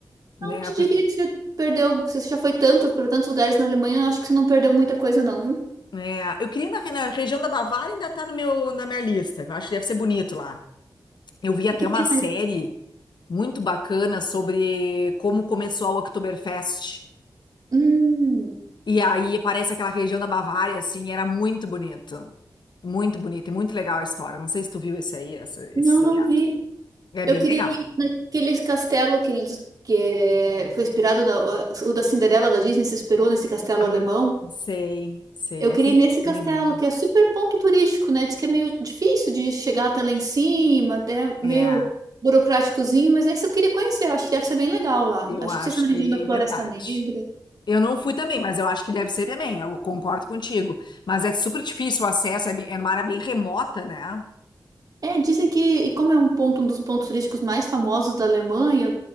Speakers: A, on the left; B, on the right.
A: né?
B: Não te
A: por-
B: diria que você perdeu, que você já foi tanto para tantos lugares na Alemanha, acho que você não perdeu muita coisa, não, viu?
A: né, eu queria ir na, na região da Bavária ainda tá no meu, na minha lista. Eu acho que deve ser bonito lá. Eu vi até
B: O que tem
A: uma série
B: mais?
A: muito bacana sobre como começou a Oktoberfest.
B: Hum,
A: E aí aparece aquela região da Bavária, assim, era muito bonito. Muito bonito e muito legal a história. Não sei se tu viu esse aí, essa- esse
B: não,
A: seriado.
B: não vi.
A: É
B: Eu
A: bem
B: queria
A: legal.
B: ir naqueles castelo que eles que é- foi inspirado na, o da Cinderela da Disney se inspirou nesse castelo
A: Ah,
B: alemão.
A: sei, sei.
B: Eu
A: Aquele
B: queria ir nesse
A: que fica
B: castelo
A: no meio do lado.
B: que é super ponto turístico, né? Diz que é meio difícil de chegar até lá em cima, até
A: É,
B: meio burocráticozinho, mas esse eu queria conhecer. Eu acho que deve ser bem legal lá.
A: eu
B: Acho
A: acho
B: que não sei se é na
A: que
B: região da Floresta
A: é verdade.
B: Negra.
A: Eu não fui também, mas eu acho que deve ser também. Eu concordo contigo. Mas é super difícil o acesso, é, bem, é uma área bem remota, né?
B: É, dizem que, e como é um ponto, um dos pontos turísticos mais famosos da Alemanha,